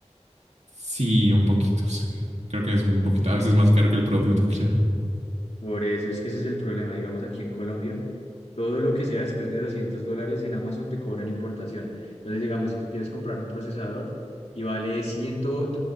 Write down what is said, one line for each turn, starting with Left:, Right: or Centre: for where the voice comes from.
Right: sí, un poquito, sí. Creo que es un poquito, a veces más caro que el producto, <laughs> creo.
Left: Por eso es que ese es el problema, digamos, aquí en Colombia, todo lo que sea después de 200 dólares en Amazon te cobran importación. Entonces, digamos, si tú quieres comprar un procesador y vale cien, doscientos